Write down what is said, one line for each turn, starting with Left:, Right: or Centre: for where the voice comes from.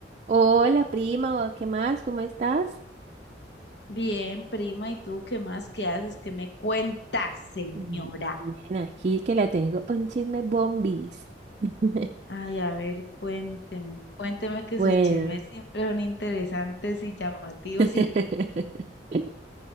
Right: Hola prima, ¿qué más? ¿Cómo estás?
Left: Bien, prima, ¿y tú qué más? ¿Qué haces? ¿Qué me cuentas, señora?
Right: Mm, Bien, aquí que la tengo un chisme bombis. <laughs>
Left: Ay, a ver, cuénteme, cuénteme que
Right: Bueno,
Left: sus chismes siempre son interesantes y llamativos
Right: <laughs>
Left: y